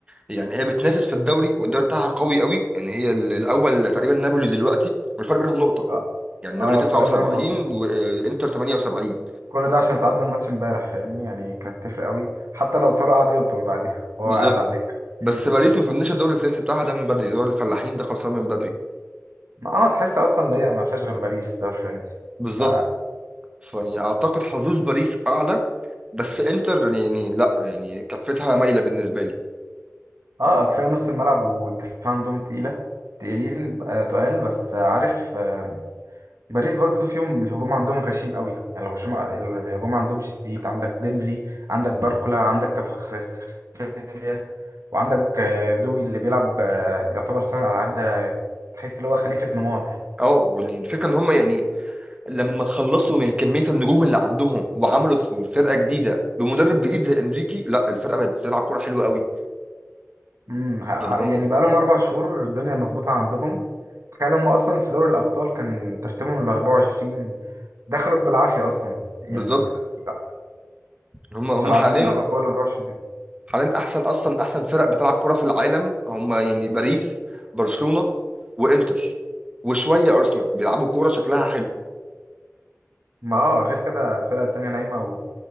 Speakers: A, on the right; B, on the right.
A: يعني هي بتنافس في الدوري والدوري بتاعها قوي قوي يعني هي ال- الاول تقريبا نابولي دلوقتي والفرق بينهم نقطة
B: اه
A: يعني نابولي
B: آه،
A: 79
B: الفرق بينهم نقطة
A: وانتر 78
B: كل ده عشان تعادلوا الماتش امبارح فاهمني يعني كان تفرق قوي حتى لو طاروا قعد يلطم بعديها وهو
A: بالظبط
B: قاعد على الدكه
A: بس
B: <laughs>
A: باريس ما فنش الدوري الفرنسي بتاعها ده من بدري دوري الفلاحين ده خلصان من بدري
B: ما اه تحس اصلا ان هي ما فيهاش غير باريس الدوري الفرنسي
A: بالظبط
B: ف
A: فيعني اعتقد حظوظ باريس اعلى بس انتر يعني لا يعني كفتها مايله بالنسبه لي
B: اه كفايه نص الملعب والدفاع عندهم تقيله تقيلين آه تقال بس آه، عارف آه باريس برضو فيهم الهجوم عندهم غشيم قوي يعني الهجوم الهجوم عندهم شديد عندك ديمبلي عندك باركولا عندك كفخريستخيليا وعندك آه، دوي اللي بيلعب آه، يعتبر صانع العاب ده تحس اللي هو خليفه نيمار
A: اه يعني الفكره ان هم يعني لما تخلصوا من كميه النجوم اللي عندهم وعملوا ف- فرقه جديده بمدرب جديد زي انريكي لا الفرقه بقت بتلعب كوره حلوه قوي
B: امم ه-
A: يعني هو
B: يعني بقالهم اربع شهور الدنيا مظبوطه عندهم تخيل هم اصلا في دوري الابطال كان ترتيبهم ال 24 دخلوا بالعافيه اصلا يعني
A: بالظبط
B: لا،
A: هم هم
B: مش هيلعبوا
A: حاليا
B: من اول 24
A: حاليا احسن اصلا احسن فرق بتلعب كوره في العالم هم يعني باريس برشلونه وانتر وشويه ارسنال بيلعبوا كوره شكلها حلو
B: ما اه غير كده الفرقه التانيه نايمه و